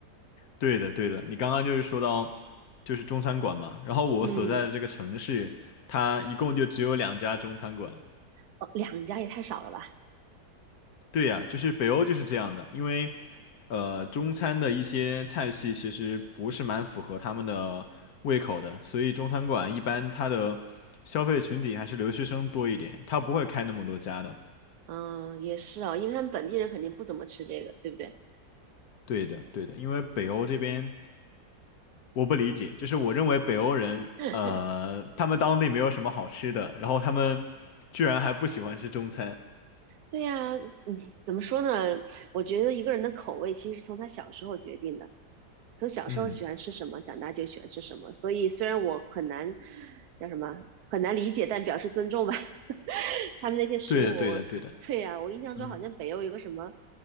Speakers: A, on the left (about 70°); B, on the right (about 75°).
A: 对的，对的，你刚刚就是说到，就是中餐馆嘛，然后我所在的这个城市，
B: 嗯，
A: 它一共就只有两家中餐馆。
B: 哦，两家也太少了吧？
A: 对呀，就是北欧就是这样的，因为，呃，中餐的一些菜系其实不是蛮符合他们的胃口的，所以中餐馆一般它的消费群体还是留学生多一点，它不会开那么多家的。
B: 嗯，也是哦，因为他们本地人肯定不怎么吃这个，对不对？
A: 对的，对的，因为北欧这边我不理解，就是我认为北欧人，
B: <laughs>
A: 呃，他们当地没有什么好吃的，然后他们居然还不喜欢吃中餐。
B: 对呀，嗯，怎么说呢？我觉得一个人的口味其实从他小时候决定的，从小时候喜欢吃什么，
A: 嗯，
B: 长大就喜欢吃什么。所以虽然我很难叫什么很难理解，但表示尊重吧。<laughs> 他们那些食物，
A: 对的，对的，对的，
B: 对呀，我印象中好像北欧有个什么
A: 嗯，